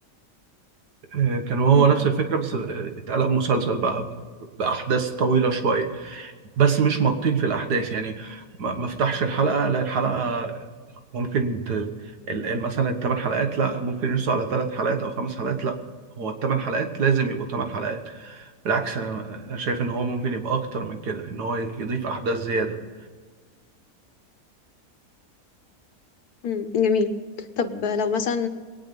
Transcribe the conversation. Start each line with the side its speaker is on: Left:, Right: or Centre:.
Right: آه، كان هو
Left: مم.
Right: نفس الفكرة بس آه، اتقلب مسلسل بقى بأحداث طويلة شوية بس مش مطين في الأحداث يعني ما ما افتحش الحلقة لا الحلقة ممكن ت... ال- ال- مثلا الثمان حلقات لا ممكن يرسوا على ثلاث حلقات أو خمس حلقات لا هو الثمان حلقات لازم يبقوا ثمان حلقات بالعكس أنا أنا شايف إن هو ممكن يبقى أكتر من كده إن هو يضيف أحداث زيادة
Left: مم. جميل طب لو مثلا